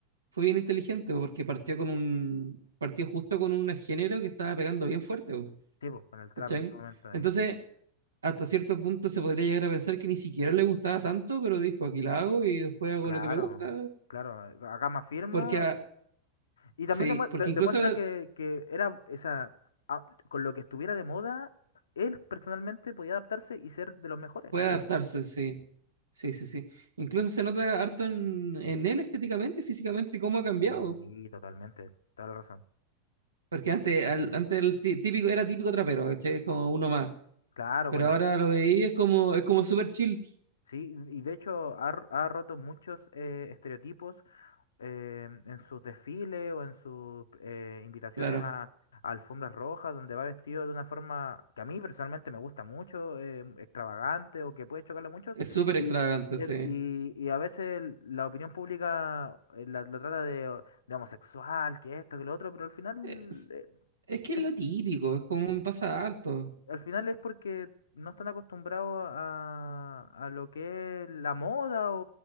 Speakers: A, on the right; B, on the left.
A: fue bien inteligente, bo, porque partió con un, partió justo con un género que estaba pegando bien fuerte, bo,
B: Sí, pues, con el trap
A: ¿cachai?
B: en ese momento ahí.
A: Entonces, hasta cierto punto se podría llegar a pensar que ni siquiera le gustaba tanto, pero dijo, aquí la hago y después hago
B: Claro,
A: lo que me gusta,
B: claro, eh, acá más firmo.
A: porque, a-
B: Y también
A: sí,
B: demue-
A: porque
B: de-
A: incluso
B: demuestra que, que era esa, a- con lo que estuviera de moda, él personalmente podía adaptarse y ser de los mejores.
A: puede
B: Entonces,
A: adaptarse, sí, sí, sí, sí. Incluso se nota harto en, en él estéticamente, físicamente, cómo ha cambiado.
B: sí, totalmente, toda la razón.
A: Porque antes, al- antes el tí- típico, era típico trapero, ¿cachai? Como uno más.
B: Claro,
A: Pero
B: con el,
A: ahora lo veí, es como, es como súper chill,
B: sí, y de hecho ha, r- ha roto muchos eh, estereotipos eh, en sus desfiles o en sus eh, invitaciones
A: claro.
B: a, a alfombras rojas, donde va vestido de una forma que a mí personalmente me gusta mucho, eh, extravagante o que puede chocarle a muchos,
A: Es súper
B: y,
A: extravagante,
B: et-
A: sí.
B: y, y a veces el- la opinión pública eh, la- lo trata de, de homosexual, que esto, que lo otro, pero al final,
A: Es,
B: eh,
A: es que
B: es,
A: es lo típico, es como pasa harto.
B: al final es porque... no están acostumbrados a, a lo que es la moda o,